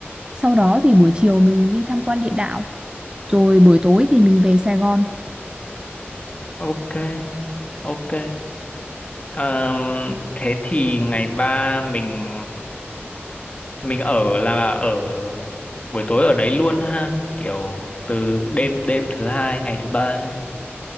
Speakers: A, on the right (about 20°); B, on the left (about 30°).
A: sau đó thì buổi chiều mình đi tham quan địa đạo rồi buổi tối thì mình về Sài Gòn
B: Ok, ok. Ờm, thế thì ngày ba mình mình ở là ở buổi tối ở đấy luôn ha, kiểu từ đêm đêm thứ hai ngày thứ ba ha.